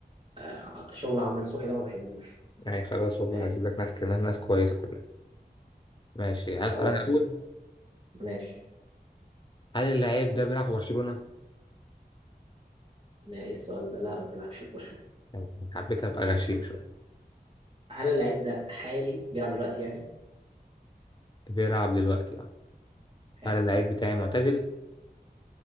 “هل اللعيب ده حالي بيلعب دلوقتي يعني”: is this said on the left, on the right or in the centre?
Right